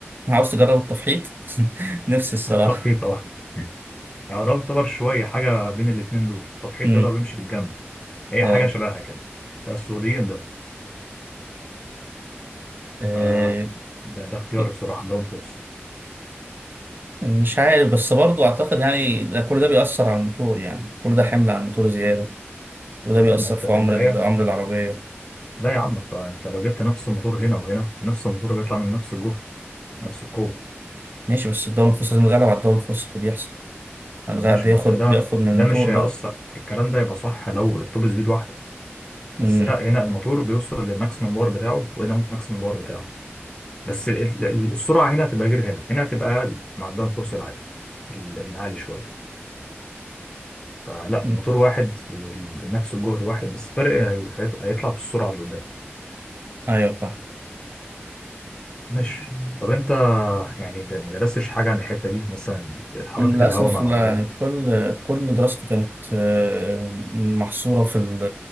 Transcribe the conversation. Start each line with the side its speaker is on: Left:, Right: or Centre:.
Right: عاوز تجرب التفحيط <laughs> نفسي الصراحة
Left: التفحيط اه اه ده يعتبر شويه حاجه بين الاتنين دول التفحيط
Right: مم.
Left: ده اللي هو بيمشي بالجنب هي
Right: اه
Left: حاجه شبهها كده ده السعوديين ده
Right: آه،
Left: آه ده ده اختياري
Right: كنت-
Left: بصراحه الداون فورس
Right: مش عارف بس برضو أعتقد يعني ده كل ده بيأثر على الموتور يعني كل ده حمل على الموتور زيادة وده
Left: لا
Right: بيأثر
Left: ما هو انت
Right: في عمر
Left: في النهايه
Right: ال- عمر العربية
Left: لا يا عم انت انت لو جبت نفس الموتور هنا وهنا نفس الموتور بيطلع من نفس الجهد نفس القوه
Right: ماشي بس الدوري الفرصة هنتغلب على الدوري الفرصة اللي بيحصل هنتغلب
Left: طب ماشي
Right: بياخد
Left: ما انت ده
Right: بياخد من الموتور
Left: ده مش هيأثر
Right: بقى
Left: الكلام ده يبقى صح لو التوب سبيد واحده بس
Right: امم
Left: لا هنا الموتور بيوصل للماكسيمم باور بتاعه وهنا الماكسيمم باور بتاعه بس ال- ال- ال- السرعه هنا هتبقى غير هنا هنا هتبقى اقل مع الداون فورس العادي ال- العالي شويه فلا
Right: أمم.
Left: الموتور واحد ونفس الجهد واحد بس فرق هي- هيط- هيطلع في السرعه اللي قدام
Right: ايوه فاهم
Left: ماشي طب انت يعني ده ما درستش حاجه عن الحته دي مثلا حركه
Right: للأسف
Left: الهواء مع العربيه
Right: لا يعني كل كل دراستي كانت آه، محصورة في ال-